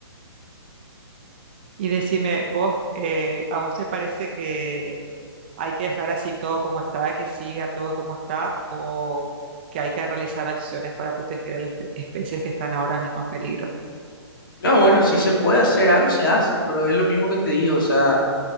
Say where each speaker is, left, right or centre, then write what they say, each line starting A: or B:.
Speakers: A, on the right; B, on the left.
A: Y decime, vos, eh, ¿a vos te parece que hay que dejar así todo como está, que siga todo como está, o que hay que realizar acciones para proteger a las espe- especies que están ahora mismo en peligro?
B: No, bueno, si se puede hacer algo, se hace, pero es lo mismo que te digo, o sea,